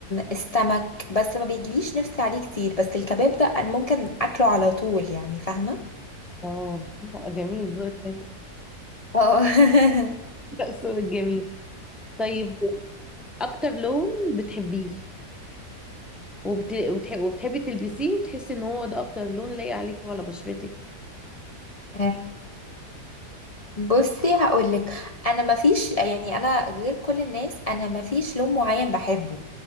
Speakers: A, on the left; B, in the centre.
A: السمك بس ما بيجيليش نفسي عليه كتير بس الكباب ده انا ممكن اكله على طول يعني فاهمه
B: اه لا، جميل ذوقك حلو.
A: اه
B: <laughs> لا، ذوقك جميل طيب اكتر لون بتحبيه وبت... وتح... وبتحبي تلبسيه وتحسي ان هو ده اكتر لون لايق عليك وعلى بشرتك
A: <laughs> بصي هقولك انا مفيش يعني انا غير كل الناس انا مفيش لون معين بحبه